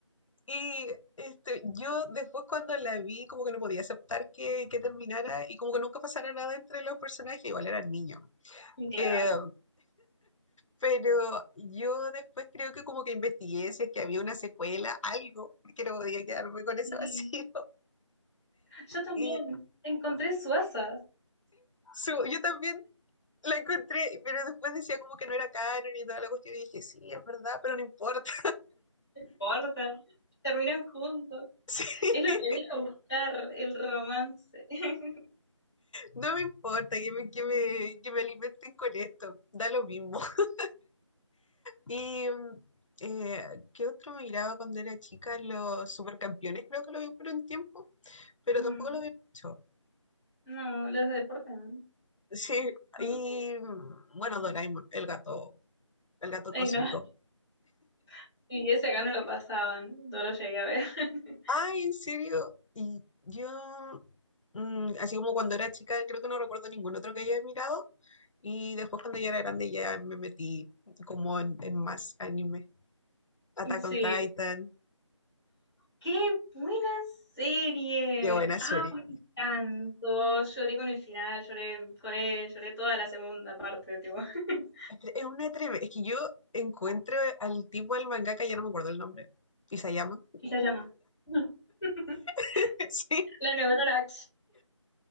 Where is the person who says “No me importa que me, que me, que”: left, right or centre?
Left